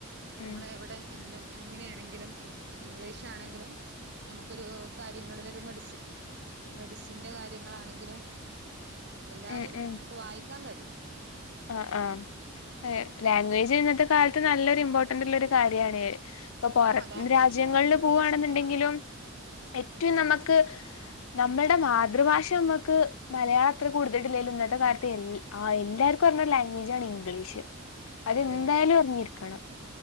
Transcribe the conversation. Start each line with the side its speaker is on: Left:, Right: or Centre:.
Right: നമ്മളെവിടെ
Left: ഉം
Right: ഇണ്ടെൻ എങ്ങനേണെങ്കിലും ഇൻ ഇംഗ്ലീഷാണെങ്കിലും നമുക്കൊരു കാര്യങ്ങളിലൊരു മെഡിസി മെഡിസിന്റെ കാര്യങ്ങളാണെങ്കിലും എല്ലാതും
Left: ഉം ഉം
Right: ഞമുക്ക് വായിക്കാൻ കഴിയും.
Left: ആഹ് ആഹ് അതെ
Right: ഉം
Left: ലാംഗ്വേജ് ഇന്നത്തെ കാലത്ത് നല്ലൊരു ഇമ്പോർട്ടന്റുള്ളൊരു കാര്യാണ്. ഇപ്പൊ പൊറം
Right: ആഹ് ലാംഗ്വേജ്
Left: രാജ്യങ്ങളിള്
Right: ഇംഗ്ലീഷൊക്കെയാണ്
Left: പോവാണന്നെണ്ടെങ്കിലും ഏറ്റവും
Right: ഉം
Left: നമുക്ക്
Right: ഉം
Left: നമ്മളുടെ മാതൃഭാഷ നമ്മക്ക് മലയാളത്ര കൂടുത്തട്ടില്ലേലും ഇന്നത്തെ കാലത്ത് എ അ എല്ലാർ ക്കറിഞ്ഞ ലാംഗ്വേജാണ് ഇംഗ്ലീഷ്. അതെന്തായാലും
Right: അതെ അതെ
Left: അറിഞ്ഞിരിക്കണം